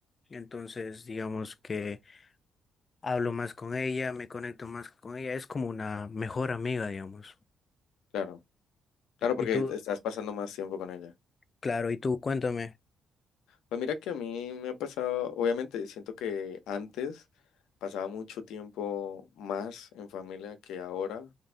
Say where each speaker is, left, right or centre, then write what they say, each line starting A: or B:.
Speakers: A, on the left; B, on the left.
A: Entonces, digamos que hablo más con ella, me conecto más con ella, es como una mejor amiga, digamos.
B: Claro, claro, porque
A: Y tú,
B: estás pasando más tiempo con ella.
A: claro, y tú, cuéntame.
B: Pues mira que a mí me ha pasado, obviamente siento que antes pasaba mucho tiempo más en familia que ahora,